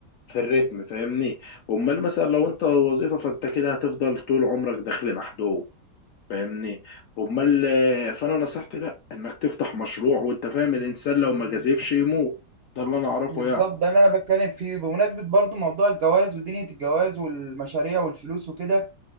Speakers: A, on the left (about 70°); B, on the right (about 65°).
A: في الريتم فاهمني امال مثلا لو انت وظيفه فانت كده هتفضل طول عمرك داخل محدود فاهمني امال آه، فانا نصيحتي لا انك تفتح مشروع وانت فاهم الانسان لو ما جازفش يموت ده اللي انا اعرفه
B: بالظبط
A: يعني
B: ده اللي أنا بتكلم فيه بمناسبة برضو موضوع الجواز ودنيا الجواز والمشاريع والفلوس وكده